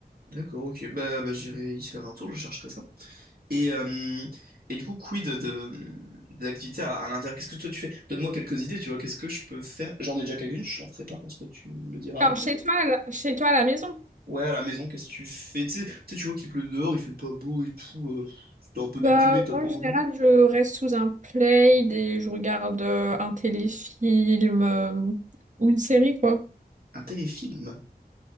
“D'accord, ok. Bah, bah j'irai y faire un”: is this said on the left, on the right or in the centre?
Right